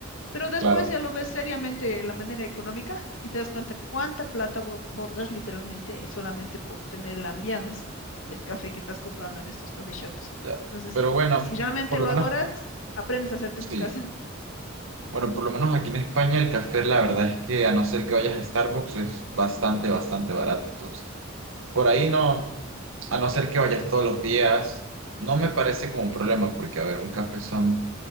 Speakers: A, on the left (about 80°); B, on the right (about 80°).
A: Pero después
B: Claro.
A: ya lo ves seriamente en la manera económica y te das cuenta cuánta plata bo- botas literalmente eh, solamente por tener el ambiance del café que estás comprando en estos café shops.
B: Ya.
A: Entonces,
B: Pero bueno,
A: si realmente
B: por
A: lo
B: lo menos,
A: adoras, aprendes a hacerte
B: sí.
A: en tu casa.
B: Bueno, por lo menos aquí en España el café, la verdad es que a no ser que vayas a Starbucks, es bastante, bastante barato. Entonces, por ahí no. A no ser que vayas todos los días, no me parece como un problema, porque, a ver, un café son,